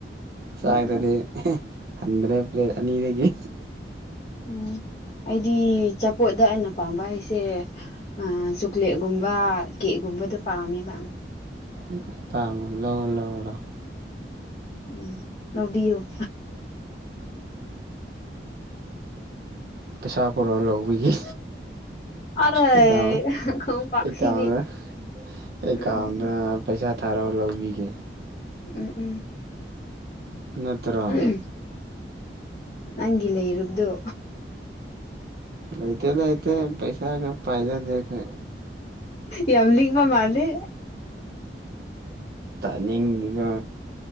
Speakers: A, on the right (about 60°); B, on the left (about 35°).
A: ꯆꯥꯛꯇꯗꯤ
B: ꯎꯝ
A: ꯍꯟꯗ꯭ꯔꯦ ꯄ꯭ꯂꯦꯠ ꯑꯅꯤꯗꯒꯤ
B: ꯎꯝ ꯑꯩꯗꯤ ꯑꯆꯥꯄꯣꯠꯗ ꯑꯩꯅ ꯄꯥꯝꯕ ꯍꯥꯏꯁꯦ ꯑ ꯆꯣꯀ꯭ꯂꯦꯠꯀꯨꯝꯕ ꯀꯦꯛꯒꯨꯝꯕ ꯀꯨꯝꯕꯗ ꯄꯥꯃꯦꯕꯥ
A: ꯎ ꯄꯥꯃ ꯂꯧ ꯂꯧ ꯂꯧ
B: ꯎꯝ ꯂꯧꯕꯤꯑꯣ
A: ꯄꯩꯁꯥ ꯄꯣꯔꯣꯛꯑ ꯂꯧꯕꯤꯒꯦ
B: ꯑꯔꯣꯏ
A: ꯑꯦꯀꯥꯎꯟ
B: ꯈꯣꯡꯄꯥꯛꯁꯤꯗꯤ
A: ꯑꯦꯀꯥꯎꯟꯗ
B: ꯎꯝ ꯎꯝ
A: ꯄꯩꯁꯥ ꯊꯥꯔꯣ ꯂꯧꯕꯤꯒꯦ
B: ꯎꯝ ꯎꯝ
A: ꯅꯇ꯭ꯔꯣ
B: ꯎꯝ ꯅꯪꯒꯤ ꯂꯩꯔꯕꯗꯨ
A: ꯂꯩꯇꯦ ꯂꯩꯇꯦ ꯄꯩꯁꯥꯒ ꯄꯥꯏꯖꯗꯦ ꯈꯣꯏ
B: ꯌꯥꯝꯂꯤꯄ ꯃꯥꯜꯂꯦ
A: ꯇꯅꯤꯡꯗꯤꯒꯣ